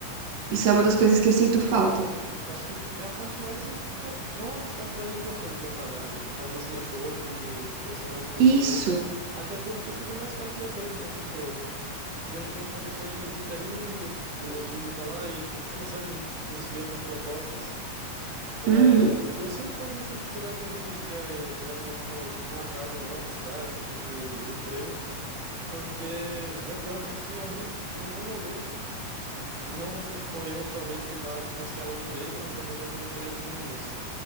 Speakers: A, on the right; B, on the right.
A: Isso
B: Cara,
A: é uma das coisas que eu sinto falta.
B: Acho que é a parte mais impo- é uma das partes mais importantes do trabalho, né? Tipo, fazer esse networking de conhecer novos profissionais,
A: Isso.
B: até porque fica mais fácil depois de você, tipo, de repente uma pessoa te indica ali de- ou te indica lá e tipo, fica mais fácil de conseguir outras propostas. É,
A: Uhum.
B: eu sinto um pouco dessa dificuldade hoje de, de, de arrumar tipo um- uma vaga nova de estágio, tipo de, de emprego, porque eu, eu acredito que em algum em algum momento não vai ser tipo eu, talvez, que vá buscar uma empresa, mas talvez uma uma empresa que me busque.